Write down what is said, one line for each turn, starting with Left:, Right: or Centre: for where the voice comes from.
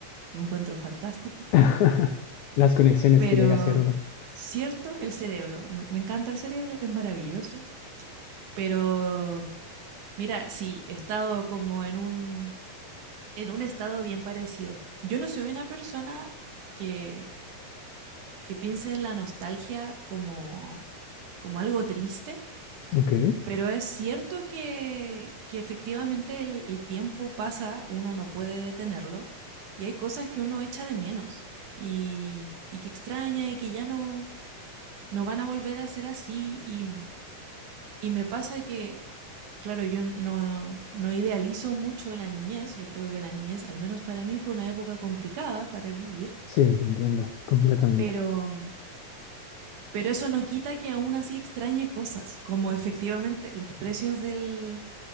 Right: Lo encuentro fantástico.
Left: <laughs> Las conexiones
Right: Pero,
Left: que llega a ser uno.
Right: cierto, el cerebro. Me, me encanta el cerebro, es maravilloso. Pero, mira, sí, he estado como en un en un estado bien parecido. Yo no soy una persona que, que piense en la nostalgia como, como algo triste,
Left: Ok,
Right: pero es cierto que, que efectivamente el, el tiempo pasa, uno no puede detenerlo, y hay cosas que uno echa de menos y, y que extraña y que ya no, no van a volver a ser así. Y, y me pasa que claro, yo no, no idealizo mucho la niñez, yo creo que la niñez, al menos para mí, fue una época complicada para vivir,
Left: sí, te entiendo completamente.
Right: pero, pero eso no quita que aún así extrañe cosas, como efectivamente los precios del,